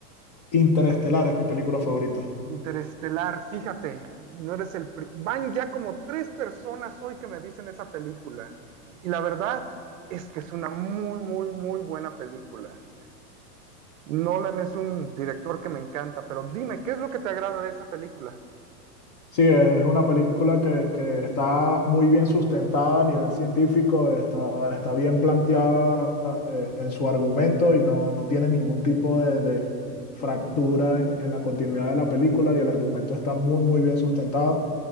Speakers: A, on the left; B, on the right.
A: Interestelar es mi película favorita.
B: Interestelar, fíjate, no eres el... pri- Van ya como tres personas hoy que me dicen esa película. Y la verdad es que es una muy, muy, muy buena película. Nolan es un director que me encanta, pero dime, ¿qué es lo que te agrada de esa película?
A: Sí, es una película que, que está muy bien sustentada a nivel científico, está, está bien planteada eh, en su argumento y no, no tiene ningún tipo de, de fractura en, en la continuidad de la película y el argumento está muy, muy bien sustentado.